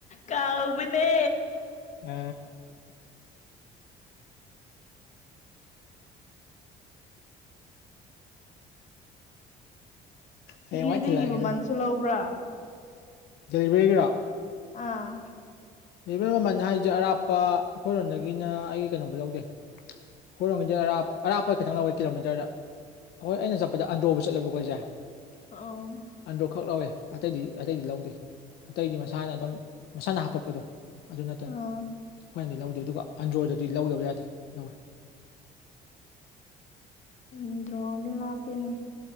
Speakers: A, on the left; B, on the left.
A: ꯀꯥꯎꯕꯅꯦ
B: ꯑ ꯍꯌꯦꯡꯋꯥꯏ
A: ꯗꯤꯂꯤꯚꯔꯤꯒꯤ
B: ꯊꯤꯜꯂꯛꯑꯒꯦ
A: ꯃꯃꯜꯁꯨ ꯂꯧꯕ꯭ꯔꯥ
B: ꯗꯂꯤꯕꯒꯔꯥ
A: ꯑꯥ
B: ꯕꯦꯝ ꯃꯃꯜ ꯍꯥꯏꯁꯦ ꯑꯔꯥꯞꯄ ꯑꯩꯈꯣꯏꯔꯣꯝꯗꯒꯤꯅ ꯑꯩꯒꯤ ꯀꯩꯅꯣꯕꯨ ꯂꯧꯗꯦ ꯍꯣꯔꯣꯡꯝꯁꯦ ꯑꯔꯞ ꯑꯔꯥꯄ ꯈꯪ ꯂꯧꯋꯦ ꯀꯤꯂꯣꯃꯤꯇꯔꯗ ꯍꯣꯏ ꯑꯩꯅ ꯆꯠꯄꯗ ꯑꯟꯗ꯭ꯔꯣꯕꯨ ꯆꯠꯂꯦꯕ ꯑꯩꯈꯣꯏꯁꯦ
A: ꯑꯣ
B: ꯑꯟꯗ꯭ꯔꯣ ꯈꯛ ꯂꯧꯋꯦ ꯑꯇꯩꯗꯤ ꯑꯇꯩꯗꯤ ꯂꯧꯗꯦ ꯑꯇꯩꯗꯤ ꯃꯁꯥꯅ ꯑꯗꯨꯝ ꯃꯁꯥꯅ ꯍꯥꯄꯛꯄꯗꯣ ꯑꯗꯨ ꯅꯠꯇꯅ
A: ꯑꯥ
B: ꯑꯩꯈꯣꯏꯅꯗꯤ ꯂꯧꯗꯦ ꯑꯗꯨꯒ ꯑꯟꯗ꯭ꯔꯣꯗꯗꯤ ꯂꯧꯗꯕ ꯌꯥꯗꯦ ꯂꯧꯋꯦ
A: ꯅ ꯔꯣꯗ ꯂꯄꯅꯦꯅꯤ